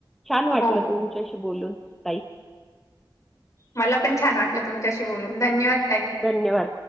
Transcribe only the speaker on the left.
हो.
मला पण छान वाटलं तुमच्याशी बोलून धन्यवाद ताई.